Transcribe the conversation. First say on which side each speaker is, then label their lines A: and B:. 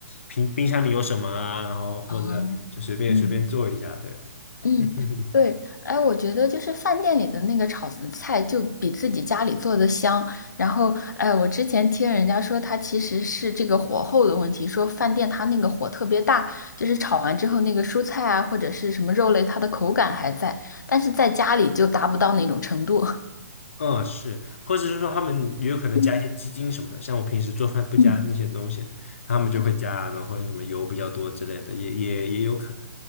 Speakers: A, on the left; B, on the left.
A: 冰冰箱里有什么啊，然后或者就随便随便做一下，
B: 啊嗯。
A: 对，
B: 嗯，
A: <laughs>
B: 对，哎，我觉得就是饭店里的那个炒的菜就比自己家里做的香。然后，哎，我之前听人家说，它其实是这个火候的问题，说饭店它那个火特别大，就是炒完之后那个蔬菜啊或者是什么肉类，它的口感还在，但是在家里就达不到那种程度。
A: 嗯，是，或者是说他们也有可能加一些鸡精什么的，
B: <laughs>
A: 像我平时做饭不加那些东西，
B: 嗯
A: 他们就会加，
B: 嗯。
A: 然后或者什么油比较多之类的，也也也有可能。